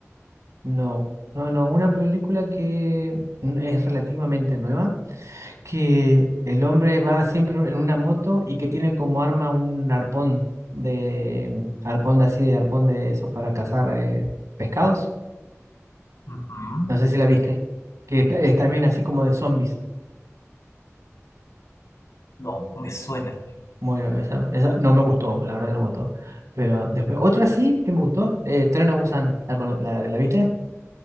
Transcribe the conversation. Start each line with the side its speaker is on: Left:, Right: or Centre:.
Right: No, no, no, una película que n- es relativamente nueva, que el hombre va siempre en una moto y que tiene como arma un arpón de mm, arpón de así, de arpón de eso para cazar eh, pescados.
Left: Ujú.
Right: No sé si la viste, que ta- es también así como de zombies.
Left: No, me suena.
Right: Bueno, esa, esa no me gustó, la verdad que no me gustó. Pero después, otra sí que me gustó, eh, Tren a Busan, ¿la, cono- la- la viste?